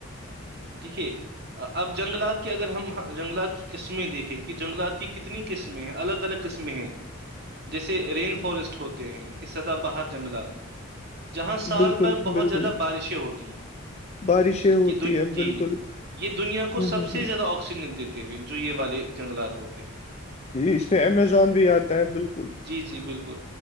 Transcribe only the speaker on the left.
بالکل
بالکل
بارشیں ہوتی
ہے
بالکل
ہ
ہ
ہ
اس میں امیزون بھی آتا ہے بالکل